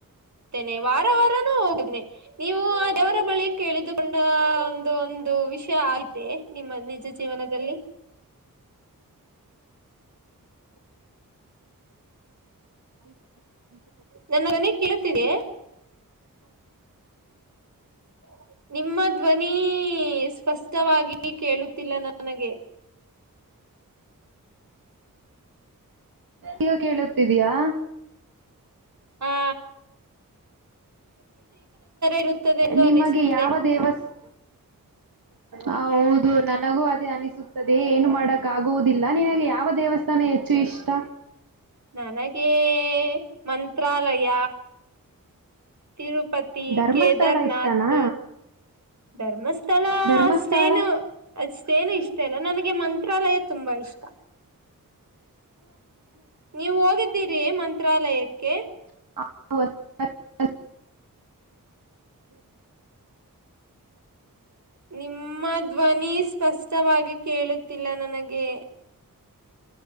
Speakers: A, on the right; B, on the right.
A: ನೆ ವಾರ ವಾರನು ಹೋಗುದನನೆ ನೀವು ದವರ ಬಳಿ ಕೇಳಿದುಕೊಂಡ ಒಂದು ಒಂದು ವಿಷಯ ಆಗತೆ ನಿಮ್ಮ ನಿಜ ಜೀವನದಲ್ಲಿ <unintelligible> ನನ್ನರನೆ ಕೇಳುತ್ತಿದೆ <inaudible> ನಿಮ್ಮ ಧ್ವನಿ ಸ್ಪಷ್ಟವಾಗಿ ಕೇಳುತ್ತಿಲ್ಲ ನನಗೆ <inaudible>
B: ಈಗ ಕೇಳತಿದಯಾ
A: ಹಾ ಇರುತ್ತದೆ ಎಂದು
B: ನಿಮಗೆ
A: ಅನಿಸುತ್ತದೆ
B: ಯಾವ ದೇವಸ್ಥಾ ಹ ಹೌದು ನನಗೂ ಅದೇ ಅನಿಸುತ್ತದೆ ಏನು ಮಾಡಕ್ ಆಗುವುದಿಲ್ಲ ನಿನಗೆ ಯಾವ ದೇವಸ್ಥಾನ ನನು ಹೆಚ್ಚು ಇಷ್ಟ
A: ನನಗೆ ಮಂತ್ರಾಲಯ ತಿರುಪತಿ
B: ಧರ್ಮಸ್ಥಳ
A: ಕೇದಾರ್ನಾಥ್
B: ಇಷ್ಟನಾ
A: ಧರ್ಮಸ್ಥಳ
B: ಧರ್ಮಸ್ಥಳ
A: ಅಷ್ಟೇನು ಅಷ್ಟೇನು ಇಷ್ಟೇ ಅಲ್ಲ ನನಗೆ ಮಂತ್ರಾಲಯ ತುಂಬಾ ಇಷ್ಟ ನೀವು ಹೋಗಿದ್ದೀರಿ ಮಂತ್ರಾಲಯಕ್ಕೆ
B: ಹ <unintelligible>
A: ನಿಮ್ಮ ಧ್ವನಿ ಸ್ಪಷ್ಟವಾಗಿ ಕೇಳುತ್ತಿಲ್ಲ ನನಗೆ